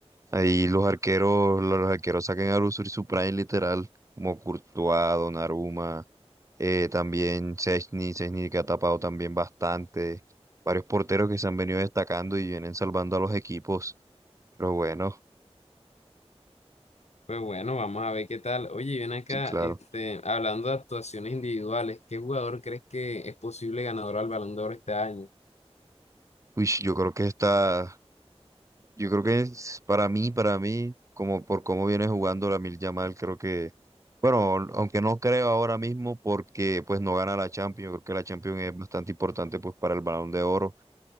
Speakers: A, on the right; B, on the left.
A: ahí los arqueros, los arqueros sacan a lucir su prime literal, como Courtois, Donnarumma, eh, también Szczęsny, Szczęsny que ha tapado también bastante, varios porteros que se han venido destacando y vienen salvando a los equipos, pero bueno,
B: Pues bueno, vamos a ver qué tal. Oye, ven acá,
A: sí, claro.
B: este, hablando de actuaciones individuales, ¿qué jugador crees que es posible ganador al Balón de Oro este año?
A: Uy, yo creo que esta, Yo creo que es para mí, para mí, como por cómo viene jugando la Mil Yamal, creo que, bueno, aunque no creo ahora mismo porque pues no gana la Champions, yo creo que la Champions es bastante importante pues para el Balón de Oro,